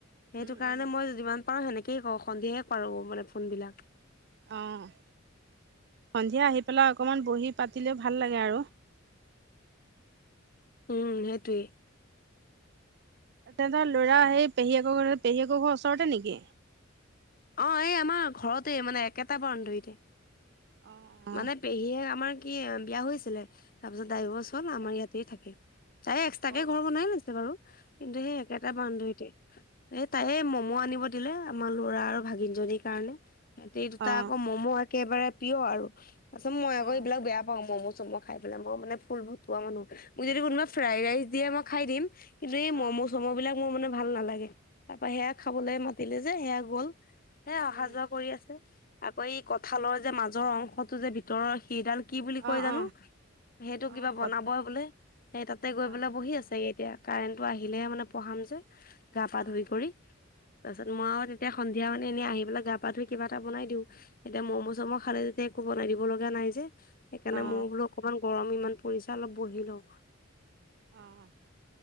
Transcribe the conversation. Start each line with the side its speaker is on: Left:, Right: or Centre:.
Left: সেইটো
Right: উম,
Left: কাৰণে
Right: উম,
Left: মই যিমান পাৰো সেনেকে ক সন্ধিয়ে কৰো মানে ফোন বিলাক।
Right: অ', সন্ধিয়া আহি পেলাই অকমান বহি পাতিলেও ভাল লাগে আৰু।
Left: উম, সেইটোৱে।
Right: তেতৰ ল'ৰা সেই পেহীয়েকৰ ঘৰ পেহীকৰ ঘৰৰ ওচৰতে নেকি?
Left: অ', এই আমাৰ ঘৰতে মানে একেটা বাউণ্ডেৰীতে।
Right: অ অ
Left: মানে পেহীয়ে আমাৰ কি বিয়া হৈছিলে তাৰপিছত ডাইভৰ্চ হ'ল, আমাৰ ইয়াতেই থাকে। চাই এক্সট্ৰাকে
Right: অ
Left: ঘৰ বনাই লৈছে বাৰু কিন্তু সেই একেটা বাউণ্ডেৰীতে। এ তাইে মমো আনিব দিলে আমাৰ ল'ৰা আৰু ভাগিন জনীৰ কাৰণে। সিহঁতে দুটা
Right: অ
Left: আকৌ ম'মো একেবাৰে প্ৰিয় আৰু। আছ মই আকৌবিলাক
Right: অ
Left: বেয়া পাওঁ ম'ম মই খাই পেলাই মই মানে ফুল ভতুৱা মানুহ ম যদি কোনোবাই ফ্ৰাইড ৰাইচ দিয়ে মই খাই দিম কিন্তু এই
Right: অ
Left: ম'ম' চ'ম' বিলাক মোৰ মানে ভাল নালাগে তাৰ পৰা সেয়া খাবলৈ মাতিলে যে সেয়া গ'ল। হে অহা
Right: উম
Left: যোৱা কৰি আছে আকৌ এই কঁঠালৰ যে মাজৰ অংশটো যে ভিতৰৰ সেইডাল কি বুলি কয়
Right: অ
Left: জানো
Right: অ
Left: সেইটো কিবা
Right: অ
Left: বনাব
Right: কথা
Left: বোলে সেই তাতে গৈ
Right: অ
Left: পেলাই বহি আছে এতিয়া। কাৰেণ্টটো আহিলেহে মানে পঢ়াম যে গা পা
Right: অ
Left: ধুই কৰি তাৰপিছত মই আৰু তেতিয়া সন্ধিয়া মানে এনেই আহি পেলাই গা পা ধুই কিবা এটা বনাই দিওঁ এতিয়া ম'মো চ'ম' খালে যেতিয়া বনাই দিব লগা নাই যে সেইকাৰণে
Right: অ
Left: মই বোলো অকমান গৰম ইমান পৰিছে অলপ বহি লওঁ।
Right: অ'।